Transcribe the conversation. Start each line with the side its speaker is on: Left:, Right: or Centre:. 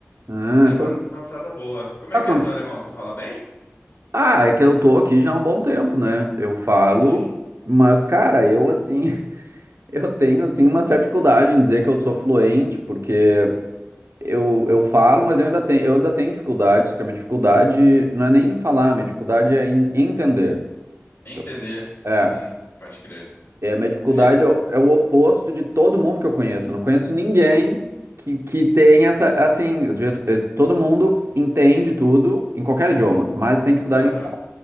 Right: Ah,
Left: Aí deu uma
Right: quan-
Left: avançada boa. Como
Right: ah,
Left: é que
Right: quan-
Left: é teu alemão? Você fala bem?
Right: ah, é que eu tô aqui já há um bom tempo, né? Eu falo,
Left: Sim.
Right: mas, cara, eu, assim, <laughs> eu tenho, assim, uma certa dificuldade em dizer que eu sou fluente, porque... Eu, eu falo, mas eu ainda tenho, eu ainda tenho dificuldade, só que a minha dificuldade não é nem em falar, a minha dificuldade é em entender.
Left: Entender.
Right: Então, é,
Left: Uhum, pode crer.
Right: é, a minha dificuldade
Left: O jeito.
Right: é, o é o oposto de todo mundo que eu conheço. Eu não conheço ninguém que, que tem essa, assim, eu digo, es- todo mundo entende tudo em qualquer idioma, mas tem dificuldade
Left: Aham,
Right: em falar.